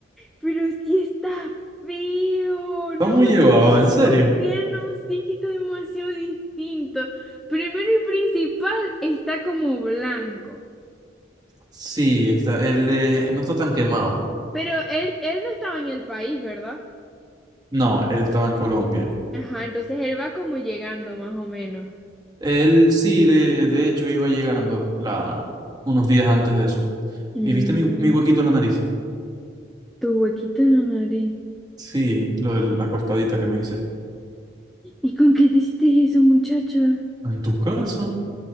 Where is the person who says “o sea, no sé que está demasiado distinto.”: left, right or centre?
Centre